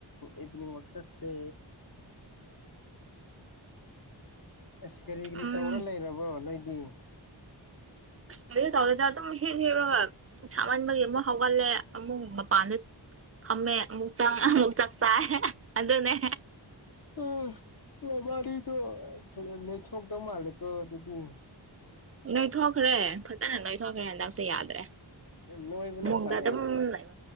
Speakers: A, on the left; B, on the right.
A: ꯏꯗꯤꯅꯤꯡ ꯃꯛꯁꯠꯁꯦ ꯑꯁ ꯀꯔꯤ ꯀꯔꯤ
B: ꯎꯝ
A: ꯇꯧꯔ ꯂꯩꯔꯕꯣ ꯅꯣꯏ <unintelligible>
B: ꯀꯩꯁꯨ ꯇꯧꯗꯦꯗ ꯑꯗꯨꯝ ꯍꯤꯞ ꯍꯤꯞꯕꯒ ꯁꯥꯃꯟꯕꯒꯤ ꯑꯃꯨꯛ ꯍꯧꯒꯠꯂꯦ ꯑꯃꯨꯛ ꯃꯄꯥꯟꯗ ꯐꯝꯃꯦ ꯑꯃꯨꯛ ꯆꯪꯉ ꯑꯃꯨꯛ ꯆꯥꯛ ꯆꯥꯏ ꯑꯗꯨꯅꯦ꯫
A: ꯑ ꯅꯕꯥꯅꯤꯗꯣ ꯐꯖ ꯅꯣꯏꯊꯣꯛꯇ ꯃꯥꯂꯦꯀꯣ ꯑꯗꯨꯗꯤ꯫
B: ꯅꯣꯏꯊꯣꯛꯈ꯭ꯔꯦ ꯐꯖꯅ ꯅꯣꯏꯊꯣꯛꯈ꯭ꯔꯦ ꯍꯟꯗꯛꯁꯦ ꯌꯥꯗ꯭ꯔꯦ꯫
A: ꯅꯣꯏꯕꯅ
B: ꯐꯃꯨꯡꯗ
A: ꯐꯔꯦ꯫
B: ꯑꯗꯨꯝ ꯂꯩꯕ